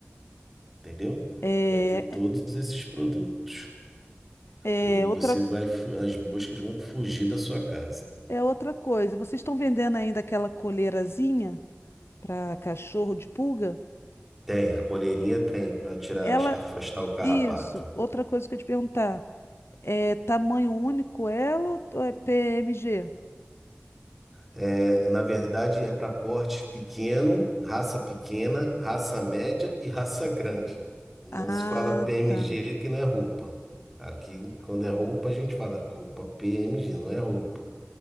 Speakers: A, in the centre; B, on the left.
A: entendeu?
B: é,
A: Vai ter todos esses produtos.
B: é
A: E você
B: outra, co-
A: vai, fu- as moscas vão fugir da sua casa.
B: é outra coisa. Vocês estão vendendo ainda aquela coleirazinha para cachorro de pulga?
A: Tem, a coleirinha tem, para tirar,
B: Ela,
A: as- afastar o carrapato.
B: isso, outra coisa que eu ia te perguntar. É tamanho único ela ou ou é PMG?
A: É, na verdade, é para porte pequeno, raça pequena, raça média e raça grande. Não
B: Ah,
A: se fala PMG
B: tá.
A: que não é roupa. Aqui, quando é roupa, a gente fala roupa PMG, não é roupa.